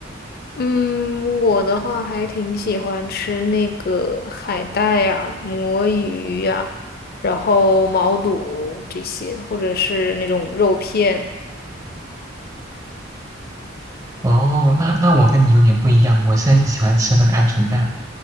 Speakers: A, on the left (about 50°); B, on the right (about 20°).
A: 嗯，我的话还挺喜欢吃那个海带呀、魔芋呀、然后毛肚这些，或者是那种肉片。
B: 哦，那那我跟你有点不一样，我是很喜欢吃那个鹌鹑蛋